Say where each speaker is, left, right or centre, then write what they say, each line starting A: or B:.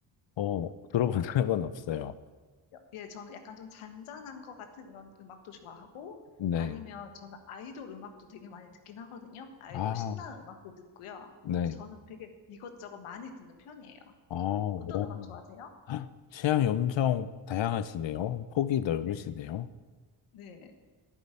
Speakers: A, on the left; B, on the left.
A: 어, 들어본 <laughs> 적은 없어요.
B: 예, 저는 약간 좀 잔잔한 것 같은 이런 음악도 좋아하고,
A: 네.
B: 아니면 저는 아이돌 음악도 되게 많이 듣긴 하거든요. 아이돌
A: 아,
B: 신나는 음악도 듣고요.
A: 네.
B: 저는 되게 이것저것 많이 듣는 편이에요.
A: 아, 오.
B: 어떤 음악 좋아하세요?
A: <gasps> 헉, 취향이 엄청 다양하시네요. 폭이 넓으시네요.
B: 네. 네.